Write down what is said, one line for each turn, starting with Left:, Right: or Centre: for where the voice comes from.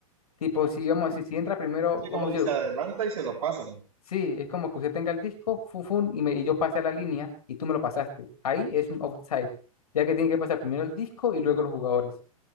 Left: Tipo, si vamos a decir, si entra primero,
Right: Sí,
Left: vamos
Right: como dice,
Left: a decir,
Right: adelanta y se lo pasan.
Left: Sí, es como que usted tenga el disco, fun, fun, y, me, y yo pasé a la línea y tú me lo pasaste. Ahí es un offside, ya que tiene que pasar primero el disco y luego los jugadores.